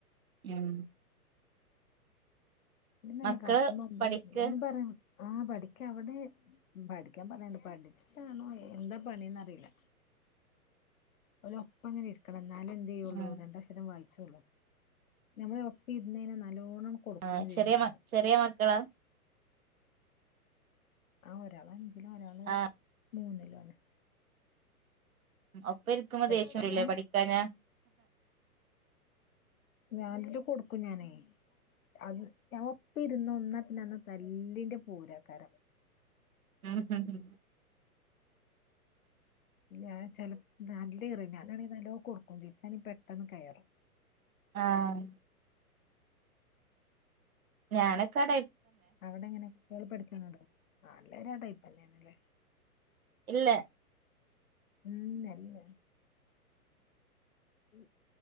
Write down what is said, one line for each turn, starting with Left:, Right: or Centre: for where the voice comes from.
Right: ഉം
Left: ഇവടി തന്നെ
Right: മക്കള്
Left: കടക്കുമ്പോ ഒൻപത്
Right: പഠിക്ക്
Left: ഒന്ന് പറ ആഹ് പഠിക്കാ അവിടെ പഠിക്കാൻ പറയാനണ്ട് പഠിച്ചണോ എന്താ പണിന്ന്റിയില്ല ഒല് ഒപ്പംങ്ങനെ ഇരിക്കണം എന്നാല എന്ത് ചെയ്യുള്ളൂ
Right: ഉം
Left: രണ്ട അക്ഷരം വായിച്ചോള്ളൂ നമ്മള ഒപ്പ ഇുരുനകഴിഞ്ഞ നല്ലോണം കൊടുക്കും
Right: ആഹ്
Left: ചെയ്യും
Right: ചെറിയ
Left: ഞാന്
Right: മ ചെറിയ മക്കളാ
Left: ആഹ് ഒരാൾ അഞ്ചിലും ഒരാൾ
Right: ആഹ്
Left: മൂന്നിലും ആണ്
Right: ഒപ്പ ഇരിക്കുമ്പോ
Left: ചെറുതന്
Right: ദേഷ്യംല്ലേ പഠികാഞ്ഞ
Left: ഞാനിട്ടു കൊടുക്കും ഞാനേ അത് ഞ <unintelligible> ഇപ്പ ഇരുന്ന ഒന്നാ പിന്നെന്ന് തല്ലിൻന്റെ പൂരാക്കാര
Right: ഉം ഉം ഹ്
Left: ഞൻ ചെ നല്ലേഇറക്കര ഞാനാണ നലോ കൊടുക്കും ചെയ്യും ഇനിക്കങ്കിൽ പെട്ടെന്ന് കയറും
Right: ആഹ് ഞാനൊക്കെട
Left: അവിടെ എങ്ങനെ കുട്ടികള പടിക്നണ്ടോ എല്ലൊര ആ ടൈപ്പ്ന്നെയാണല്ലേ
Right: ഇല്ല
Left: മ്മ് എല്ല ഉ